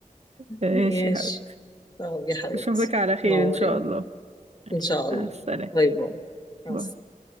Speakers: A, on the right; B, on the left.
A: ماشي
B: ماشي
A: يا حبيبي
B: طب يا حبيبتي
A: أشوفك على خير
B: نورين
A: إن شاء الله ماشي
B: ان شاء الله
A: مع السلامة
B: باي باي مع
A: باي.
B: السلامة.